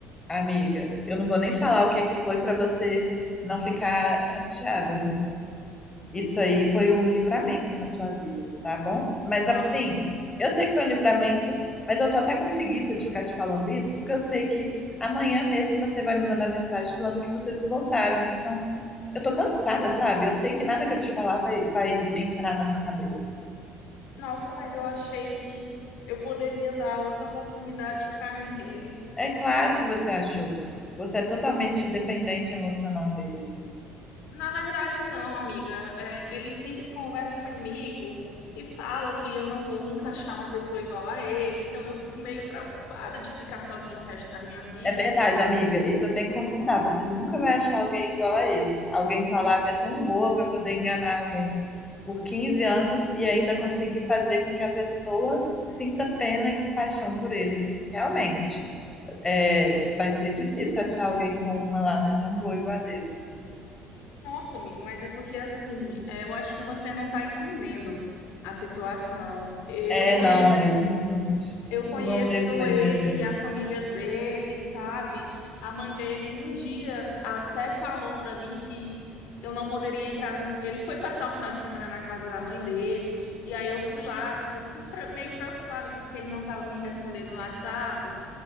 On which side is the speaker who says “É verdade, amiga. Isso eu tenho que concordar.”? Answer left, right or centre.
Left